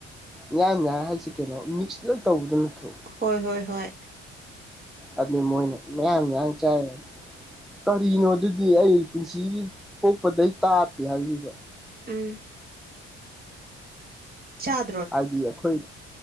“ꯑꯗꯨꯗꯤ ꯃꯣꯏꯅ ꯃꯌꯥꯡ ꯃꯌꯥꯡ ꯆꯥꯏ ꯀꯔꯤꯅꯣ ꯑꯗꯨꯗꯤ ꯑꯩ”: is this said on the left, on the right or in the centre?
Centre